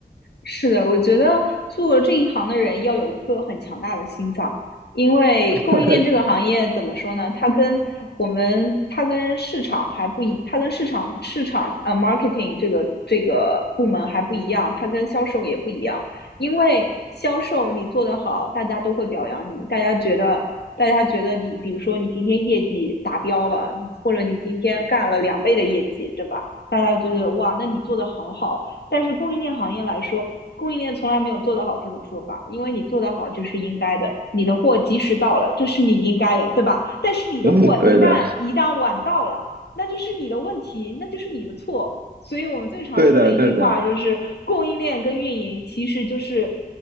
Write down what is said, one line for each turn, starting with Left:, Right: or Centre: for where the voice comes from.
Left: 是的，我觉得做这一行的人要有一颗很强大的心脏，因为供应链这个行业怎么说呢？
Right: <laughs>
Left: 它跟我们，它跟市场还不一，它跟市场市场呃 marketing 这个这个部门还不一样，它跟销售也不一样。因为销售你做得好，大家都会表扬你，大家觉得大家觉得你，比如说你今天业绩达标了，你或者你今天干了两倍的业绩，对吧？大家就觉得哇，那你做的好好。但是供应链行业来说，供应链从来没有做得好这种说法，因为你做得好就是应该的，你的货及时到了，这是你应该的，对吧？但是你的货一旦一旦晚到了，
Right: 嗯，对的，
Left: 那就是你的问题，那就是你的错。所以我们最常说的一句话就是，
Right: 对的，对的，
Left: 供应链跟运营其实就是